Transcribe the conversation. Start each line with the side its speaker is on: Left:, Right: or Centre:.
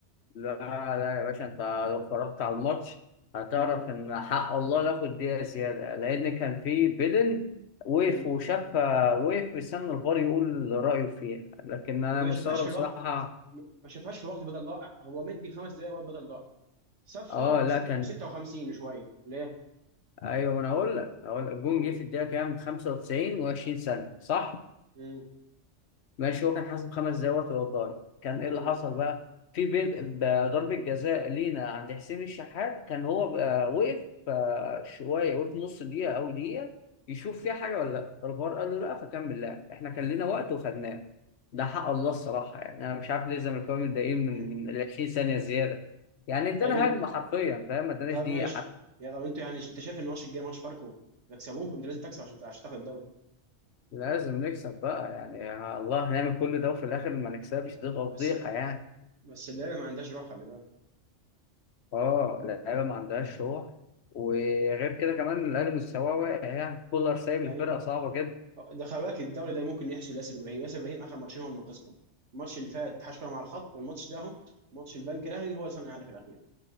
Left: لا لا يا باشا انت لو اتفرجت على الماتش هتعرف
Right: امم
Left: ان حق الله ناخد دقيقه زياده لان كان في بيدن وقف
Right: امم
Left: وشاف وقف في السنه الفار يقول رايه فيها لكن انا
Right: ما ده
Left: مستغرب
Right: ما شافهاش في
Left: بصراحه
Right: الوقت ما شافهاش في وقت بدل ضائع هو مدي خمس دقايق وقت بدل ضائع صفر
Left: اه
Right: وستة
Left: لا كان
Right: و56 شويه ليه؟
Left: ايوه ما انا اقول لك هقول لك الجون
Right: امم
Left: جه في الدقيقه كام 95 و20 ثانيه صح
Right: امم
Left: ماشي هو كان حاسب خمس دقايق وقت الضايع كان ايه
Right: امم
Left: اللي حصل بقى في بين ب- ضربه جزاء لينا عند حسين الشحات كان هو بقى
Right: امم
Left: وقف آه، شويه وقف نص دقيقه او دقيقه يشوف فيها حاجه ولا لا الفار قال له لا فكمل لعب احنا كان لنا وقت وخدناه ده حق الله الصراحه يعني انا مش عارف ليه الزملكاويه متضايقين
Right: امم
Left: من من ال 20 ثانيه زياده يعني ادانا
Right: طيب انت
Left: هجمه حرفيا فاهم ما اداناش
Right: طب
Left: دقيقه
Right: ماشي يا طب انتوا يعني انت شايف ان الماتش الجاي ماتش فاركو تكسبوه انت لازم تكسب عشان عشان تاخد الدوري
Left: لازم نكسب بقى يعني يا الله نعمل كل ده وفي الاخر ما نكسبش دي تفضيحه
Right: بس
Left: يعني
Right: بس اللعيبه ما عندهاش روح خلي بالك
Left: اه اللعيبه ما عندهاش روح وغير كده كمان الاهلي مستواه واقع يعني كولر سايب
Right: يعني
Left: الفرقه صعبه جدا
Right: ده خلي بالك الدوري ده ممكن يحسب ياسر ابراهيم ياسر ابراهيم اخر ماتشين هو اللي منقذكم الماتش اللي فات حشكله مع الخط والماتش ده اهو ماتش البنك الاهلي هو اللي صنع الهدف الاخير